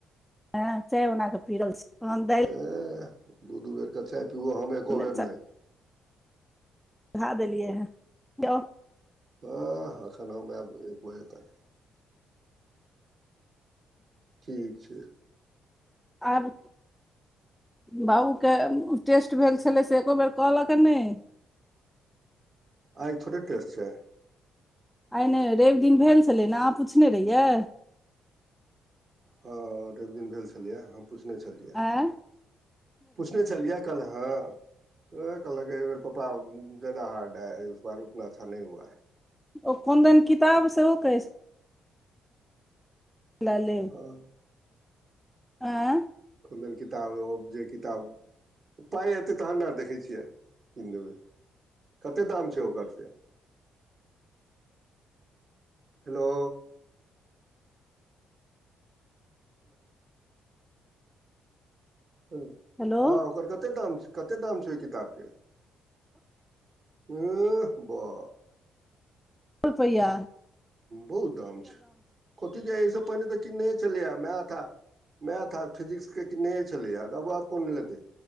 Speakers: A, in the centre; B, on the right (about 45°).
A: आँ। चाय बनााकऽ पीरल छी। तहन दालि
B: ह दू दू बेरके चाय। पिबू हम
A: बना
B: एको बेर नहि।
A: धा देलियै है यौ।
B: हँ अखन मे आब एक बजे तकय। ठीक छै।
A: आब। बाबूके टेस्ट भेल छलै से एको बेर कहलक की नहि।
B: आइ थोडे टेस्ट छै।
A: आइ नहि रवि दिन भेल छलै। ने अहाँ पुछने रहियै।
B: हऽ रवी दिन भेल छये हम पूछने छलियै।
A: एँ।
B: पुछने छलियै कहल हँ। कहलक एहिबेर पप्पा उ। जादा हार्ड बार उतना अच्छा नहि हुआ ह।
A: ओ कोन दिन किताब सेहो कहै छै। ल लेब।
B: ह।
A: एँ।
B: कोनदिन ओ किताब ओ जे किताब। पाइ एतै तहन ने देखै छियै कीन देबै कतेक दाम छै। ओकरसे। हेलो। हलो
A: हेलो
B: हँ ओकर कतेक दाम छै। कतेक दाम छ। ओ किताब के ऐह बाह।
A: रुपया।
B: बहुददाम छै। कथी कह एहिसँ पहिने तऽ किन नहे छलैए मायथ। मैथ और फिजिक्स के किन नहे छलैय तबो आब कोन लेतै।